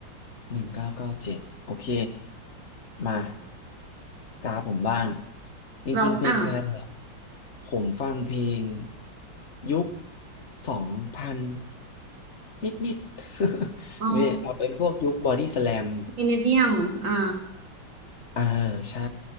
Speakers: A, on the left (about 40°); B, on the right (about 65°).
A: หนึ่งเก้าเก้าเจ็ดโอเค มาตาผมบ้างจริงๆเพลงไทยเนี่ย
B: เราอ่ะ
A: ผมฟังเพลงยุคสองพัน นิดนิด <laughs>
B: อ๋อ
A: เนีย <laughs> เอาเป็นพวกยุคบอดี้สแลม
B: มิเลเนียมอ่า
A: เออใช่